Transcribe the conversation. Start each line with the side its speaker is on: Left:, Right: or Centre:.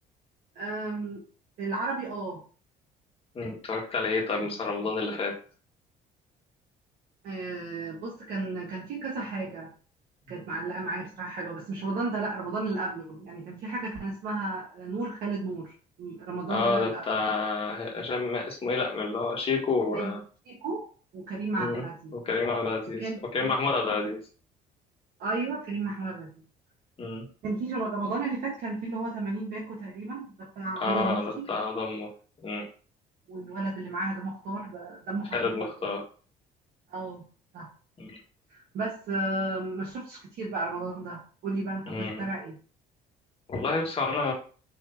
Right: أم العربي أه
Left: مم. اتفرجت على ايه طب
Right: يعني
Left: مثلا رمضان اللي فات
Right: آه، بص كان كان في كذا حاجة
Left: مم.
Right: كانت معلقة معايا بصراحة حلوة بس مش رمضان ده لا رمضان اللي قبله يعني كان في حاجة كان اسمها نور خالد نور رمضان
Left: اه
Right: ده لا
Left: ده
Right: اللي
Left: بتاع
Right: قبله
Left: هشام اسمه ايه لا من اللي هو شيكو و...
Right: أيوه شيكو وكريم
Left: مم.
Right: عبد العزيز
Left: وكريم عبد العزيز
Right: وكان
Left: وكريم
Right: في
Left: محمود عبد العزيز
Right: أيوه كريم محمود عبد العزيز
Left: اه
Right: كان في جم- رمضان اللي فات كان في اللي هو 80 باكو تقريبا ده بتاع
Left: اه
Right: هدى المفتي
Left: ده بتاع آدم مخ- مم.
Right: والولد اللي معاها ده مختار ده دمه
Left: خالد
Right: خفيف
Left: مختار
Right: برضه قوي اه صح
Left: مم.
Right: بس آه، ما شفتش كتير بقى رمضان ده قول لي بقى انت
Left: مم.
Right: كنت بتتابع ايه
Left: والله بس هو انا